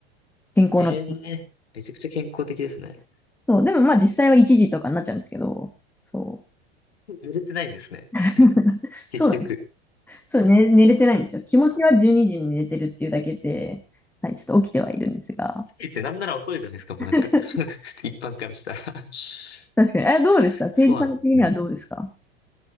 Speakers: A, in the centre; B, on the left.
A: 健康の。
B: へえ、めちゃくちゃ健康的ですね。
A: そう、でもまあ実際は1時とかになっちゃうんですけど、そう。
B: <laughs> 売れてないんですね。
A: <laughs>
B: 結局。
A: そうなんですそう、ね、寝れてないんですよ。気持ちは12時にじに寝れてるっていうだけで、はい、ちょっと起きてはいるんですが。
B: えってなんなら遅いじゃないですか、もうなんか
A: <laughs>
B: <laughs> 一般からしたら <laughs>
A: 確かに。え、どうですか政治家の的にはどうですか
B: そうなんですね。